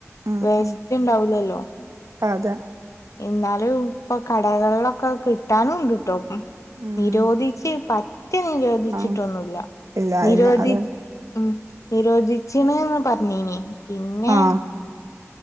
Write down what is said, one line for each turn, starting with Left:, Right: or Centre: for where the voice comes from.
Right: ഉം
Left: വേസ്റ്റ്
Right: ഉം
Left: ണ്ടാവൂലല്ലോ
Right: അതെ
Left: ഇന്നാലും ഇപ്പൊ കടകളിലൊക്കെ കിട്ടാനും ണ്ട്ട്ടോ ഉം
Right: ഉം
Left: നിരോധിച്ച് പറ്റെ നിരോധിച്ചിട്ടൊന്നുല്ല
Right: ആഹ് ഇല്ല
Left: നിരോധി
Right: ഇല്ല അതെ
Left: ഉം നിരോധിച്ചിണ്ന്ന് പറഞ്ഞീനി പിന്നെ
Right: ആഹ്